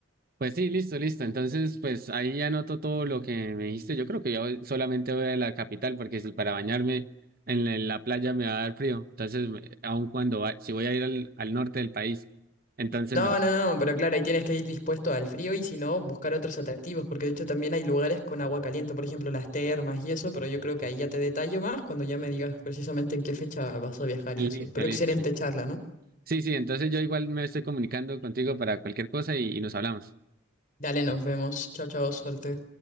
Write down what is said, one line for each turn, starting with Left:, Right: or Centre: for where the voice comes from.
Right: Pues sí, listo, listo. Entonces, pues ahí ya anoto todo lo que me dijiste. Yo creo que yo solamente voy a la capital, porque si para bañarme en la en la playa me va a dar frío. Entonces, me- aun cuando, va- si voy a ir al, al norte del país, entonces
Left: No,
Right: mejor.
Left: no, no, pero claro, ahí tienes que ir dispuesto al frío y si no, buscar otros atractivos, porque de hecho también hay lugares con agua caliente, por ejemplo, las termas y eso, pero yo creo que ahí ya te detallo más cuando ya me digas precisamente en qué fecha vas a viajar
Right: Listo,
Left: y eso. Pero
Right: listo,
Left: excelente
Right: listo.
Left: charla, ¿no?
Right: Sí, sí, entonces yo igual me estoy comunicando contigo para cualquier cosa y, y nos hablamos.
Left: Dale, nos vemos. Chao, chao, suerte.